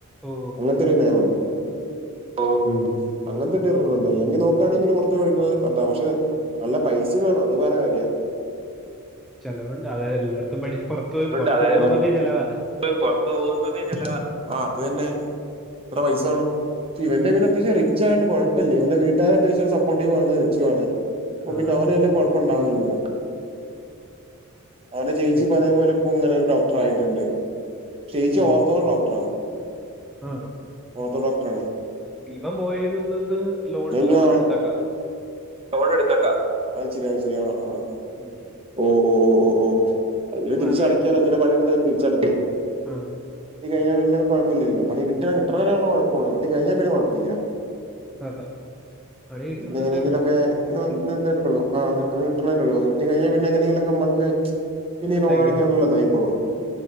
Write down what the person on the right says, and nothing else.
അങ്ങനത്തെരു നിയമുണ്ട് ഓഹ മ്മ് അങ്ങനെ ണ്ട് അല്ലെങ്കിൽ നോക്കുകയാണെങ്കിൽ പുറത്തുപോയി പഠിക്കുന്നു പക്ഷെ നല്ല പൈസ വേണം അത് വേറെ കാര്യ
<unintelligible>
പുറത്തുപോകുന്നത് ചില ആഹ് അത് തന്നെ എത്ര പൈസ വേണം ഇവന്റെ പിന്നെ അത്യാവശ്യം റിച്ചായോണ്ട് കുഴപ്പല്ല ഇവൻ്റെ വീട്ടുകാരെ അത്യാവശ്യം സപ്പോർട്ടീവാണ് റിച്ചും ആണ് ഓ
പിന്നെ അവനല്ലേ കൊഴപ്പുണ്ടാവൂില്ല അവന്റെ ചേച്ചി
ഇപ്പ അതേപോലെ ഇപ്പങ്ങനെ ഡോക്ടറായിട്ടുണ്ട്. ചേച്ചി
ഓർത്തോ ഡോക്ടറാ
ഓർത്തോ ഡോക്ടറ ആാണ്
ഞാ
ലോൺ എടുതിട്ട അത് ശരി അത് ശരി ആഹ് ആഹ് ആഹ്
ഓ ഓ ഓ ഓ ഓ അന്
തിരിച്ചടക്കാനോങ്ങനെ
പണി എടുത്ത് തിരിച്ചടക്കാ
കിട്ടി കഴിഞ്ഞാ പിന്നെ കുഴപ്പല്ലല്ലോ പണി കിട്ട കിട്ടുന്ന വരെ കുഴപ്പമുള്ള കിട്ടിക്കഴിഞ്ഞാൽ പിന്നെ കുഴപ്പമില്ല
പിന്നെ എങ്ങനെയെങ്കിലൊക്കെ
ആ ഊ നിട്ടുന്നതൊക്കെ ഒള്ളു നീട്ടി കഴിഞ്ഞാൽ പിന്നെ എങ്ങനെിലൊക്കെ മ്മക്ക് പിന്നെ
ലോണഴിക്കാനുള്ളതായിക്കോളും